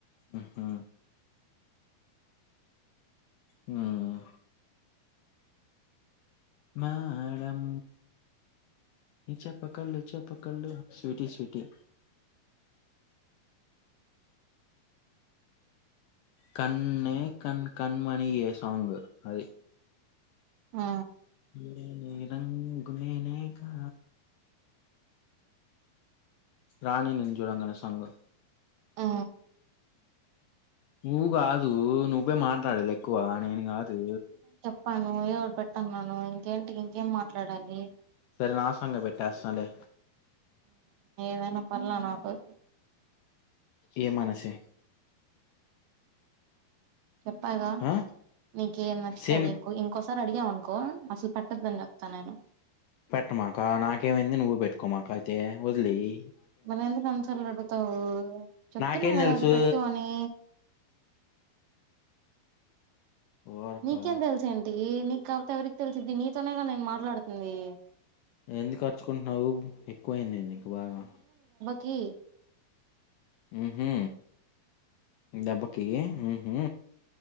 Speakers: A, on the left (about 80°); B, on the right (about 75°).
A: ఉహు మ్మ్ మేడం నీ చేప కళ్ళు చెప్ప కళ్ళు స్వీటీ స్వీటీ కన్నే కన్ కణమణ ఏ సాంగ్ అది
B: ఆ
A: <unintelligible> గునేనే గా రాణి నిన్ను చూడంగినై సాంగ్
B: ఆ
A: ఊ కాదు నువ్వే మాట్లాడలే ఎక్కువా నేను కాదు
B: <unintelligible> ఏదోకటి పెట్టున్నాను ఇంకేంటికి ఇంకేం మాట్లాడాలి
A: సరే నా సాంగ్ గే పెట్టేస్తునలే
B: ఏదనా ఎలా నాకు
A: ఏం అన్న చెయ్
B: చెప్పాగా
A: ఆ
B: నీకేం నచ్చుతుది
A: సేమ్
B: ఇంకో ఇంకోసారి అడిగేవ్ అను కో అసలు పట్టదు అని చెప్తా నేను
A: పెట్టమాక నాకేమైంది నువ్వు పెట్టుకోమాక తే వదిలేయ్
B: మరి ఎందుకు అని సారులు అడుగుతావు చెప్తున్నా
A: నాకేం
B: కదా
A: తెలుసు.
B: అది పెట్టు అని
A: ఊరకా
B: నికెంత తెల్సా ఏంటి నిక్క ఎవరికి తెలిసిది నీతోనేగా నేను మాట్లాడుతుంది
A: ఎందుకు అర్చుకుంటున్నావు ఎక్కువయింది నీకు బాగా
B: కి
A: ఉహు దబ్బకి ఉహు